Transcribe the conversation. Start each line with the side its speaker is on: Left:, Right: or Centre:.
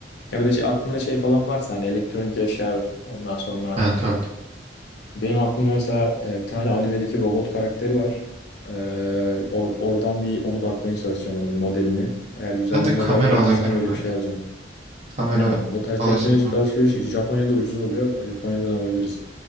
Left: Ya bir de şey, aklında şey falan varsa hani elektronik eşyalar. Ondan sonra
Right: Ha tabii.
Left: benim aklımda mesela e, bir tane animedeki robot karakteri var. E, or- oradan bir onu bakmaya çalışacağım onun modelini. Eğer güzel
Right: Ben de
Left: bir
Right: kamera
Left: model bulabilirsem
Right: alabilirim
Left: öyle
Right: belki.
Left: bir şey alacağım.
Right: Kamera
Left: Aynen. O tarz
Right: alasım
Left: teknolojik
Right: var.
Left: alışveriş Japonya'da ucuz oluyor. Japonya'dan alabiliriz.